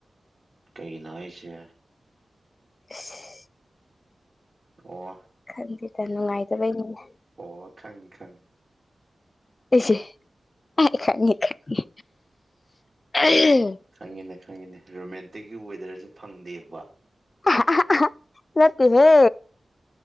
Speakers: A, on the right (about 35°); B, on the left (about 40°).
A: ꯀꯩꯒꯤꯅꯣ ꯍꯥꯏ ꯑꯩꯁꯦ
B: ꯑ <unintelligible>
A: ꯑꯣ
B: ꯈꯟꯗꯦꯗ ꯅꯨꯡꯉꯥꯏꯇꯕꯩꯅꯤꯅꯦ
A: ꯑꯣ ꯈꯪ ꯈꯪ
B: ꯁꯦ ꯈꯪꯉꯤ ꯈꯪꯉꯤ <inaudible>
A: ꯈꯪꯉꯤꯅꯦ ꯈꯪꯉꯤꯅꯦ ꯔꯣꯃꯦꯟꯇꯤꯛꯀꯤ ꯋꯦꯗꯔꯁꯦ ꯐꯪꯗꯦꯕ
B: ꯑꯍꯥꯍꯥꯍꯥ ꯅꯠꯇꯦꯍꯦ꯫